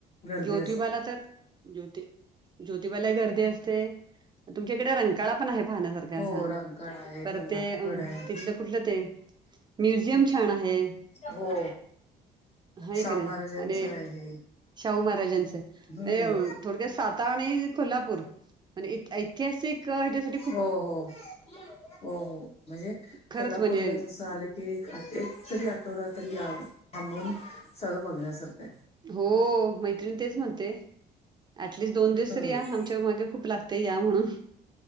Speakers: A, on the left (about 40°); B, on the right (about 25°).
A: गर्दी
B: ज्योतिबाला
A: असते.
B: ज्योती देवाला गर्दी असते. तुमच्याकडे रंकाळा पण आहे पाहण्यासारखा असा
A: हो रंकाळा आहे
B: परत
A: पन्हाळगड
B: ते
A: आहे.
B: तिथलं ते म्युजियम छान आहे.
A: हो
B: हाय
A: शाहू
B: का नाय?
A: महाराजांचं
B: अन
A: आहे
B: शाहू महाराजांच
A: हम्म
B: अ थोडक्यात सातारा आणि कोल्हापूर आणि ऐतिहासिक हच्यासाठी
A: हो हो हो हो म्हणजे
B: खरंच
A: कोल्हापूरला
B: म्हणजे
A: जस आलं ते एक एक तरी आठवडा तरी थांबून, सगळं बघण्यासारखं आहे.
B: हो मैत्रिण तेच म्हणते ऍटलिस्ट दोन दिवस
A: हम्म
B: तरी या हम् च्यामागे खूप लागते या म्हणून,